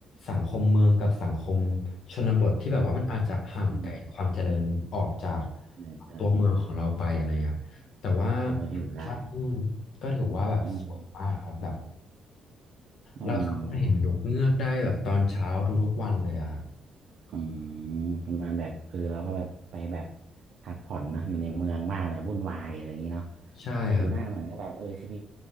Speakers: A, on the left; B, on the right.
A: สังคมเมืองกับสังคมชนบทที่แบบว่ามันอาจจะห่างไกลความเจริญออกจาก
B: อืมใช่ใช่
A: ตัวเมืองของเราไปอะไรเงี้ยแต่ว่าธรรมชาติที่นู่นก็ถือว่าแบบสวยมากครับแบบ
B: เขาก็อยู่ได้อืมอ๋อ
A: เราสามารถเห็นนกเงือกได้แบบตอนเช้าทุกๆวันเลยอะครับ
B: อืมประมาณแบบเออเราก็แบบไปแบบพักผ่อนเนอะอยู่ในเมืองมากมันจะวุ่นวายอะไรอย่างนี้เนาะ
A: ใช่ครับ
B: ไปอยู่นั่นเหมือนก็แบบเออชีวิต